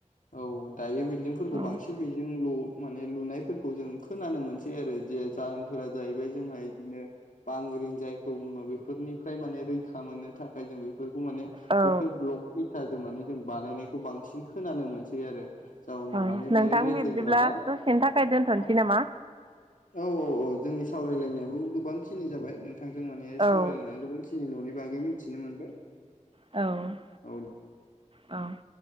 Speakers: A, on the left; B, on the right.
A: औ दायो बिल्डिंफोरखौ
B: औ
A: बांसिन बेजोंल' माने लुनायफोरखौ जों खोनानो मोनसै आरो जे जाहोनफोरा जाहैबाय जोंहा बिदिनो बांग्रिं जायखौ बुङो बेफोरनिफ्राय माने रैखा मोननो थाखाय जों बे बेफोरखौ माने
B: औ
A: बेफोर ब्लक इटाजों माने जों बानायनायखौ बांसिन खोनानो मोनसै आरो जाउनाव
B: औ
A: माने
B: नोंथां
A: बेयो रेजें
B: बिब्दिब्ला
A: नालाय
B: दसेनि थाखाय दोनथ'नोसै
A: औ
B: नामा
A: औ औ औ जोंनि सावरायलायनायाबो गोबां खिनि जाबाय नोंथांजों माने सावरायलायनानै
B: औ
A: गोबांखिनि बागै मिथिनो मोनबाय
B: औ
A: औ
B: औ